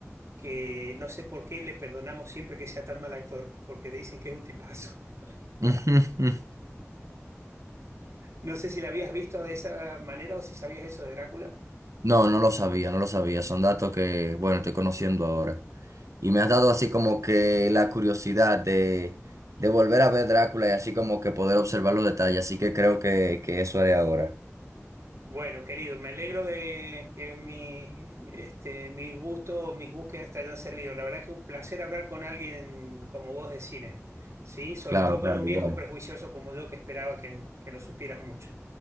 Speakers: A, on the right; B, on the right.
A: que no sé por qué le perdonamos siempre que sea tan mal actor, porque dicen que es un tipazo. <laughs>
B: <laughs>
A: No sé si la habías visto de esa manera o si sabías eso de Drácula.
B: No, no lo sabía, no lo sabía, son datos que, bueno, estoy conociendo ahora. Y me has dado así como que la curiosidad de, de volver a ver Drácula y así como que poder observar los detalles. Así que creo que, que eso haré ahora.
A: Bueno, querido, me alegro de que mi, este, mi gusto o mis búsquedas te hayan servido. La verdad que un placer hablar con alguien como vos de cine, ¿sí? Sobre
B: Claro,
A: todo con
B: claro,
A: un viejo
B: igual.
A: prejuicioso como yo que esperaba que, que no supieras mucho.